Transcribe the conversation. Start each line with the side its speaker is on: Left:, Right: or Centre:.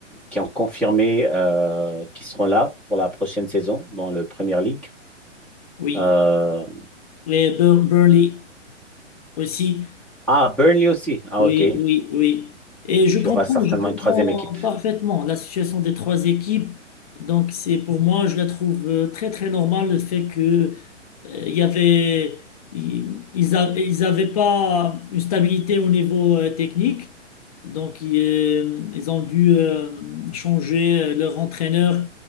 Centre: qui ont confirmé euh, qu'ils seront là pour la prochaine saison dans le Premier League.
Left: oui.
Centre: Euh,
Left: Et Bur- Burley aussi,
Centre: ah, Burnley aussi. Ah,
Left: oui,
Centre: ok. Il
Left: oui, oui. Et je comprends,
Centre: y aura certainement
Left: je comprends
Centre: une troisième équipe.
Left: parfaitement la situation des trois équipes. Donc c'est pour moi, je la trouve euh, très très normale le fait que Euh, Il y avait, ils ils a- ils avaient pas une stabilité au niveau euh, technique, donc ils, euh, ils ont dû euh, changer euh, leur entraîneur